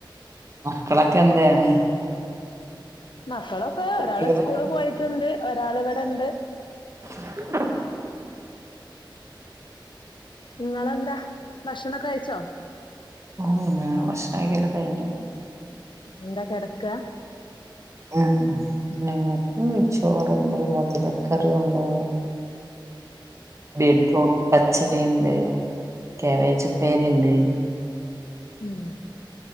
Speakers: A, on the right (about 35°); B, on the left (about 70°).
A: മക്കളൊക്കെ എന്തേണ്
B: മക്കളൊക്കെ
A: കുട്ടികളൊക്കെ
B: ഒരാള് സ്കൂള് പോയിട്ട്ണ്ട് ഒരാള് ഇവടെണ്ട്
A: <inaudible>
B: ഇങ്ങളെന്താ ഭക്ഷണൊക്കെ കഴിച്ചോ
A: ഓ ഞാ ഭക്ഷണ കയിക്കലോകെ കഴിഞ്ഞു
B: എന്താ കെടക്ക
A: ങ്ങാ ഞങ്ങക്ക് ചോറുണ്ട് മുതിരക്കറി ഉണ്ട് ബീ ഫ്രൂട്ട് പച്ചടി ഇണ്ട് കേവേജ് ഉപ്പേരി ഇണ്ട്
B: ഉം